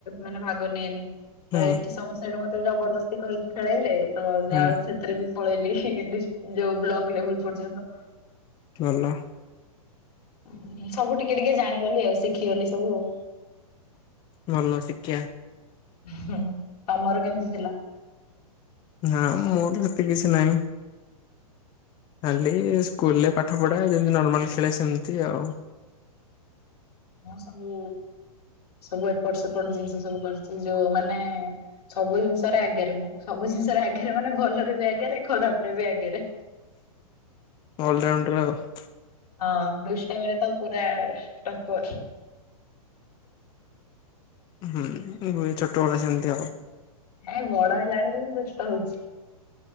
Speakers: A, on the left (about 85°); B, on the left (about 25°).
A: ମାନେ ଭାଗ ନିଏନି।
B: ହୁଁ
A: ତ ଏଠି ସମସ୍ତେ ଏଇଠୁ ମତେ ଜବରଦସ୍ତି କହିକି ଖେଳେଇଲେ, ତ
B: ହୁଁ
A: ଯାହାହଉ ସେଥିରେ ବି ପଳେଇଲି, ଯୋଉ ବ୍ଲକ ଲେବଲ ପର୍ଯ୍ୟନ୍ତ।
B: ଭଲ।
A: ହଁ, ସବୁ ଟିକେ ଟିକେ ଜାଣିଗଲି ଆଉ ଶିଖିଗଲି ସବୁ ଆଉ।
B: ଭଲ ଶିଖିଆ।
A: ହୁଁ, ତମର କେମିତି ଥିଲା?
B: ନାଁ ମୋର ହେତେ କିଛି ନାହିଁ। ଖାଲି ସ୍କୁଲରେ ପାଠ ପଢ଼ା, ଯେମତି ନର୍ମାଲ ଖେଳିଆ ସେମତି ଆଉ।
A: ମୁଁ ସବୁ ସବୁ ଏପଟ ସେପଟ ଜିନିଷ ସବୁ କରିଛି ଯୋଉମାନେ ସବୁ ଜିନିଷରେ ଆଗରେ ମୁଁ ସବୁ ଜିନିଷରେ ଆଗରେ ମାନେ ଭଲରେ ବି ଆଗରେ ଖରାପ ରେ ବି ଆଗରେ।
B: ଅଲରାଉଣ୍ଡର ଆଉ।
A: ହଁ ଦୁଷ୍ଟାମି ରେ ତ ପୁରା ଟପର।
B: ହୁଁ ହୁଏ ଛୋଟବେଳେ ସେମତି ଆଉ।
A: ହେଁ ବଡ ହେଲା ବେଳେ ବି ମୁଁ ଦୁଷ୍ଟ ହଉଛି।